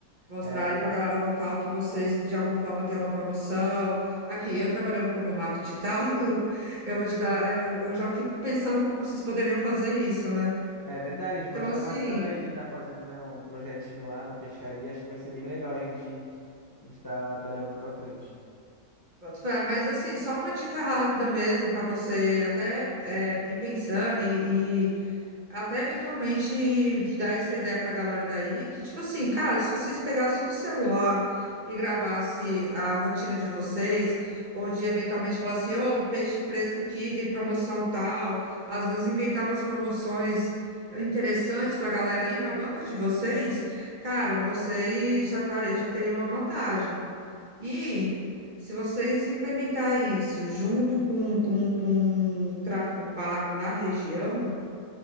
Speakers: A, on the right (about 35°); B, on the left (about 15°).
A: mostrar
B: É,
A: ali pra galera local que vocês, de alguma forma, têm uma promoção. Aqui, eu trabalhando como marketing digital, <laughs> eu, eu vou te dar, eu, eu já fico pensando como vocês poderiam fazer isso, né?
B: é verdade, a gente
A: Então,
B: pode
A: assim.
B: estar marcando aí de estar fazendo, né, um projetinho lá na peixaria, acho que vai ser bem legal a gente, a gente tá, tá levando pra frente.
A: Boto fé. Mas assim, só uma dica rápida mesmo para você até é, ir pensando e, e até eventualmente dar essa ideia para a galera daí, que tipo assim, cara, se vocês pegassem um celular e gravasse a rotina de vocês, ou de eventualmente falar assim, ô, peixe fresco aqui, tem promoção tal, às vezes inventar umas promoções interessantes para a galera aí na banca de vocês, cara, vocês já, tare- já teriam uma vantagem. E se vocês implementar isso junto com um, um tráfego pago na região,